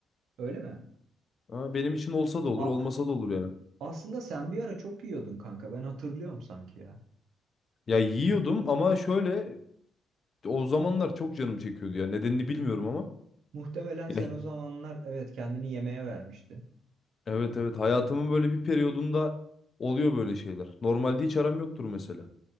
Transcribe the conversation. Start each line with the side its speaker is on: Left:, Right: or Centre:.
Right: Öyle mi?
Left: Ha, benim için olsa da olur,
Right: A-
Left: olmasa da olur yani.
Right: aslında sen bir ara çok yiyordun kanka. Ben hatırlıyorum sanki ya.
Left: Ya yiyordum ama şöyle o zamanlar çok canım çekiyordu ya. Nedenini bilmiyorum ama.
Right: Muhtemelen
Left: Ya
Right: sen o zamanlar evet kendini yemeğe vermiştin.
Left: Evet evet hayatımın böyle bir periyodunda oluyor böyle şeyler. Normalde hiç aram yoktur mesela.